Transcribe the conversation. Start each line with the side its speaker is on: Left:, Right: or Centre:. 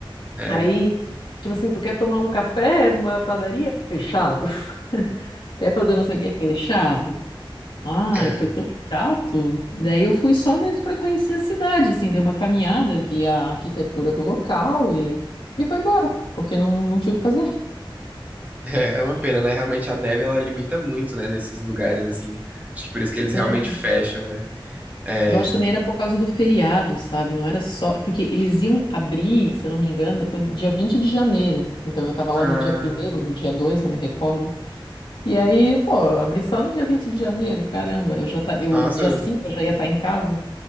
Right: é,
Left: Aí,
Right: é,
Left: tipo assim, tu quer tomar um café numa padaria? Fechado. <laughs> Quer fazer não sei o quê? Fechado. Ai,
Right: é.
Left: foi tão chato. Daí eu fui só mesmo para conhecer a cidade, assim, dei uma caminhada, vi a arquitetura do local e, e foi embora, porque não, não tinha o que fazer.
Right: É é uma pena, né? Realmente a neve ela limita muito, né? Nesses lugares assim. Acho que por isso que eles realmente
Left: É.
Right: fecham, né? É.
Left: Eu acho também era por causa do feriado, sabe? Não era só. Porque eles iam abrir, se eu não me engano, depois do dia 20 de janeiro. Então eu tava lá
Right: Ah,
Left: no dia primeiro ou no dia 2, não me recordo. E aí, pô, eu abri só no dia 20 de janeiro, caramba, eu já tá, eu
Right: nossa,
Left: dia 5 eu já ia estar em casa.